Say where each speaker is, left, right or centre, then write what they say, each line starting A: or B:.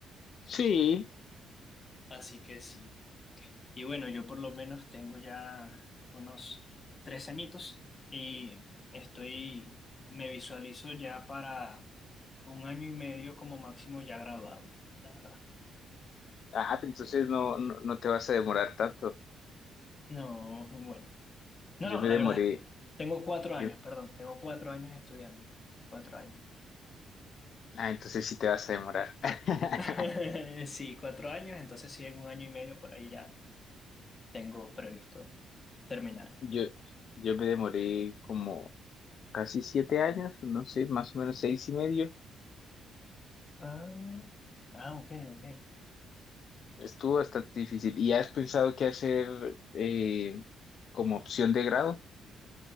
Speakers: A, on the left; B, on the left.
A: Sí.
B: Así que sí. Y bueno, yo por lo menos tengo ya unos tres añitos y estoy, me visualizo ya para un año y medio como máximo ya graduado, la verdad.
A: Ah, pero entonces no, no, no te vas a demorar tanto.
B: No, bueno. No,
A: Yo
B: no,
A: me
B: la
A: demoré.
B: verdad. Tengo cuatro años,
A: yo-
B: perdón. Tengo cuatro años estudiando. Cuatro años.
A: ah, entonces sí te vas a demorar. <laughs>
B: <laughs> Sí, cuatro años, entonces sí, en un año y medio por ahí ya tengo previsto terminar.
A: Yo, yo me demoré como casi siete años, no sé, más o menos seis y medio.
B: Ah, ah, ok, ok.
A: Estuvo bastante difícil. ¿Y has pensado qué hacer eh, como opción de grado?